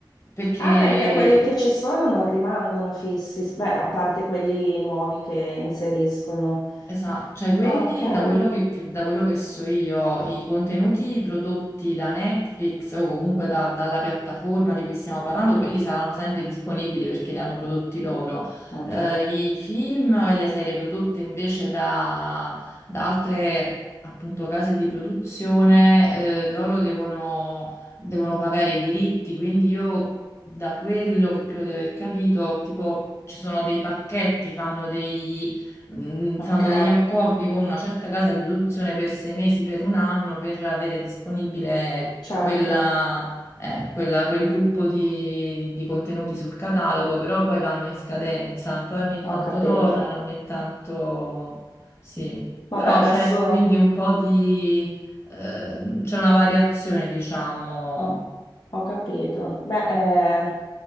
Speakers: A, on the left; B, on the left.
A: perché
B: Ah, perché quelli che ci sono non rimangono fissi, beh, a parte quelli nuovi che inseriscono.
A: Esatto, cioè quelli,
B: Ah, ok,
A: da quello che, che- da quello che so io, i contenuti prodotti da Netflix o comunque da- dalla piattaforma di cui stiamo parlando, quelli saranno sempre disponibili perché li hanno prodotti loro.
B: ok,
A: Eh, i film e le serie prodotte invece da, da altre appunto case di produzione, eh, loro devono, devono pagare i diritti, quindi io da quello che credo di aver capito, tipo ci sono dei pacchetti, fanno dei mh,
B: ok,
A: fanno degli accordi con una certa casa di produzione per sei mesi, per un anno, per avere disponibile
B: certo,
A: quella, eh, quella- quel gruppo di, di contenuti sul catalogo, però poi vanno in scadenza, poi ogni tanto
B: ho capito.
A: tornano, ogni tanto sì.
B: Vabbè,
A: Però
B: adesso.
A: c'è quindi un po' di... eh, c'è una variazione, diciamo
B: Ho, ho capito. Beh, eh,